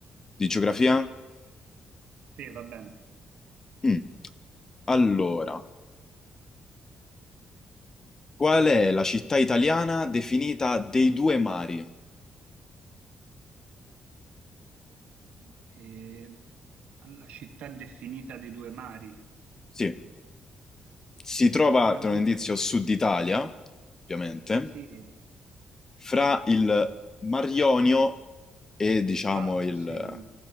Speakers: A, on the left; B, on the right.
A: di geografia.
B: Sì, va bene.
A: Mm. Allora, qual è la città italiana definita dei due mari?
B: Ma, eh, alla città definita dei due mari,
A: Sì, si trova,
B: sicuramente
A: tra un indizio, Sud Italia, ovviamente,
B: sì,
A: fra il Mar Ionio e diciamo
B: Infatti,
A: il
B: sì,